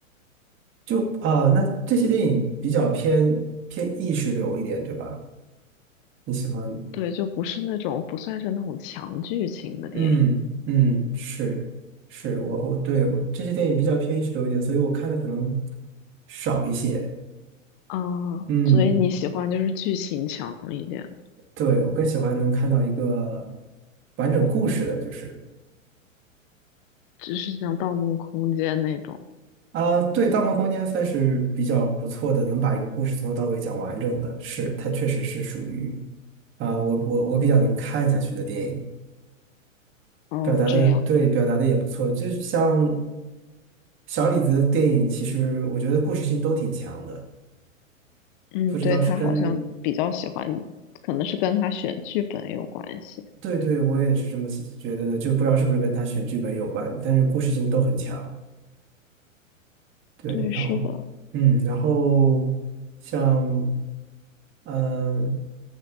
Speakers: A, on the right; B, on the left.
A: 就啊，那这些电影比较偏偏意识流一点，对吧？你喜欢？
B: 对，就不是那种不算是那种强剧情的电影
A: 嗯嗯，是是，我我对我这些电影比较偏意识流一点，所以我看的可能少一些。
B: 啊，
A: 嗯，
B: 所以你喜欢就是剧情强一点，
A: 对，我更喜欢能看到一个完整故事的，就是
B: 只是像《盗梦空间》那种。
A: 啊，对，《盗梦空间》算是比较不错的，能把一个故事从头到尾讲完整的，是它确实是属于啊，我我我比较能看下去的电影，
B: 哦，
A: 表达的对，
B: 这样，
A: 表达的也不错，就是像小李子的电影，其实我觉得故事性都挺强的。
B: 嗯，
A: 不知道是跟
B: 对，他好像比较喜欢，可能是跟他选剧本有关系。
A: 对对，我也是这么觉得的，就不知道是不是跟他选剧本有关，但是故事性都很强。对，
B: 对，
A: 然后，
B: 是的，
A: 嗯，然后像，嗯、